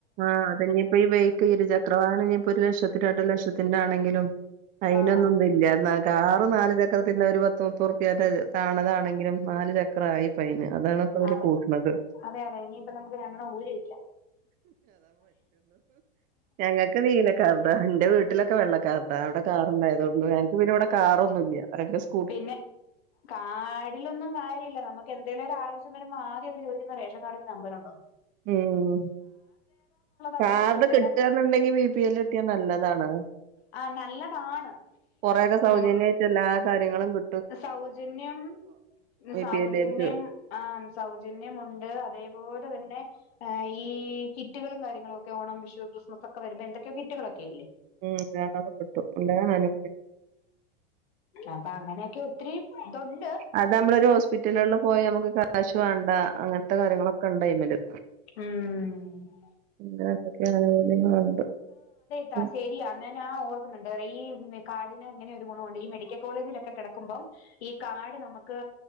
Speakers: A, on the right; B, on the left.
A: ആഹ് അതനിയിപ്പോ ഈ ബൈക്ക് ഇരുചക്രവാഹന ഇപ്പോ ഒരു ലക്ഷത്തി രണ്ട ലക്ഷത്തിന്റെ ആണെങ്കിലും അയിനൊന്നും
B: ആഹ്
A: ഒന്നും ഇല്ല എന്ന കാറ് നാല് ചക്രത്തിന്റെ ഒരു പത്ത് മുപ്പത് റുപ്യന്റെ താണതാണെങ്കിലും നാല് ചക്രായി പൈന് അതാണ് അവര്
B: അതെ
A: കൂട്ടണത്
B: അതെ അതെ ഇനിയിപ്പ നമ്മുക്ക് രണ്ടെണ്ണം ഊരിവെക്കാം
A: ഞങ്ങക്ക് നീല കാർഡാ എന്റെ വീട്ടിലൊക്കെ വെള്ള കാറണ്ടായതുകൊണ്ട് എനക്ക് പിന്നെവിടെ കാറൊന്നുല്ല്യ രണ്ട് സ്
B: പിന്നെ കാർഡിലൊന്നും കാര്യല്ല നമ്മ് ക്കെന്തേലും ഒരു ആവശ്യം വരുമ്പോ ആദ്യം അവര് ചോദിക്കുന്ന റേഷൻ കാർഡിന്റെ നമ്പരൊണ്ടൊ
A: ഉം കാർഡ്
B: അവിടെ ഇരിക്കട്ടെ
A: കിട്ടാന്നുണ്ടെങ്കിൽ ബി പി എൽ കിട്ടിയ നല്ലതാണ്.
B: ആ നല്ലതാണ്
A: കൊറെ ഒക്കെ സൗജന്യായിട്ട്
B: നമു
A: എല്ലാ കാര്യങ്ങളും കി
B: സൗജന്യം
A: ബി
B: സൗജന്യം
A: പി എല്ലാർക്ക്
B: ആ സൗജന്യമുണ്ട്. അതേപോലെ തന്നെ ഈ കിറ്റുകളും കാര്യങ്ങളൊക്കെ ഓണം വിഷു ക്രിസ് മസൊക്കെ വരുന്ന എന്തൊക്കെയോ കിറ്റുകളൊക്കെല്ലേ
A: ഉം അതൊക്കെ കിട്ടും എല്ലാ അനുഭവം
B: അപ്പൊ അങ്ങനെയൊക്കെ ഒത്തിരി ഇതൊണ്ട്
A: അത് നമ്മളൊരു ഹോസ്പിറ്റലള്ളില് പോയ നമുക്ക് കാശ് വേണ്ട അങ്ങനത്തെ കാര്യങ്ങളൊക്കെ ഒണ്ടൈമില്
B: ഉം
A: <unintelligible>
B: ത ശരി അന്നെ ഞാ ഓർ ഈ കാർഡിന് ഇങ്ങനൊരു ഗുണോണ്ട് ഈ മെഡിക്കൽ കോളേജിലൊക്കെ ക്കെടക്കുമ്പം ഈ കാർഡ് നമുക്ക്